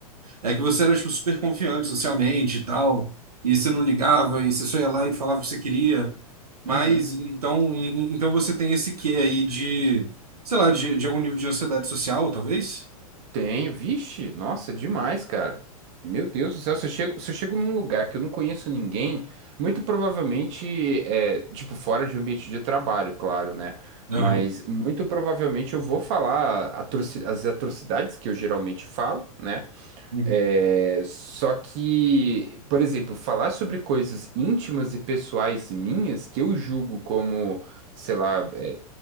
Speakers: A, on the right; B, on the right.
A: é, é que você era, tipo, super confiante socialmente e tal, e você não ligava, e você só ia lá e falava o que você queria. Mas,
B: Uhum.
A: então, em- em- então você tem esse quê aí de, sei lá, de, de algum nível de ansiedade social, talvez?
B: Tenho, vixe, nossa, demais, cara. Meu Deus do céu, se eu chego, se eu chego num lugar que eu não conheço ninguém, muito provavelmente, é, tipo, fora de um ambiente de trabalho, claro, né?
A: Aham.
B: Mas muito provavelmente eu vou falar atroci- as atrocidades que eu geralmente falo, né?
A: Uhum.
B: É, só que, por exemplo, falar sobre coisas íntimas e pessoais minhas, que eu julgo como, sei lá, é,